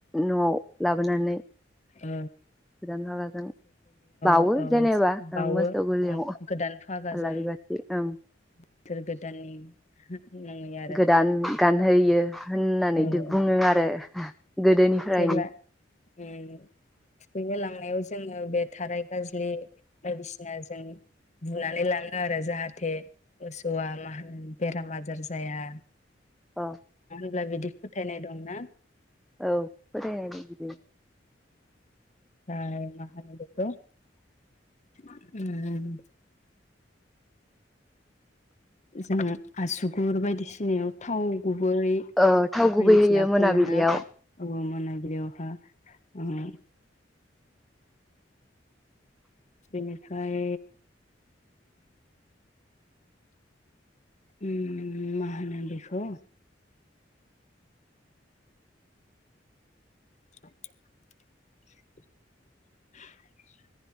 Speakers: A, in the centre; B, on the left (about 40°).
A: नआव लाबोनानै
B: औ
A: गोदान फागाजों बावो
B: ओ
A: जेनेबा
B: बावो
A: ओ मोसौ
B: ओ
A: गोलियाव
B: गोदान फागाजों
A: आलारि बाथि ओं
B: बोसोर गोदाननि मुङै आरो
A: गोदान गानहोयो होननानै
B: औ औ
A: बुङो आरो गोदोनिफ्रायनो
B: जेब्ला ओम थुखैनो लाङो नायाव जोङो बे थाराय गाजल्लि बायदिसिना जों बुनानै लाङो आरो जाहाथे मोसौआ मा होनो बेराम आजार जाया
A: औ
B: अब्ला बिदि फोथायनाय दंना?
A: औ फोथायनायनि बिदिनो
B: फ्राय मा होनो बेखौ उम जोंङो आसुगुर बायदिसिनायाव थाव गुबै
A: ओ थाव गुबै
B: बायदिसिना
A: होयो मोनाबिलियाव
B: फोनोना आ ओ मोना बेयावहा उम बेनिफ्राय उम मा होनो बेखौ <inaudible>